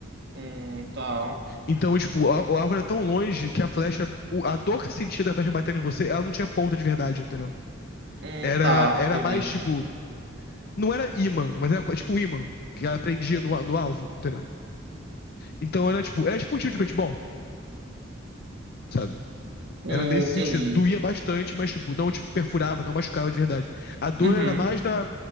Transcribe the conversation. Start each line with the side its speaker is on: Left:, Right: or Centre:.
Right: Hum, tá.
Left: Então, tipo, o, al- o alvo era tão longe que a flecha, o- a dor que você sentia da flecha batendo em você, ela não tinha ponta de verdade, entendeu?
Right: Hum,
Left: era,
Right: tá,
Left: era
Right: entendi.
Left: mais tipo. Não era imã, mas era tipo um imã que ela prendia no, no alvo, entendeu? Então era tipo, era tipo um tiro de paintball, sabe?
Right: Hum,
Left: Era nesse
Right: entendi.
Left: sentido. Doía bastante, mas tipo, não tipo, perfurava, não machucava de verdade. A dor
Right: Uhum.
Left: era mais da,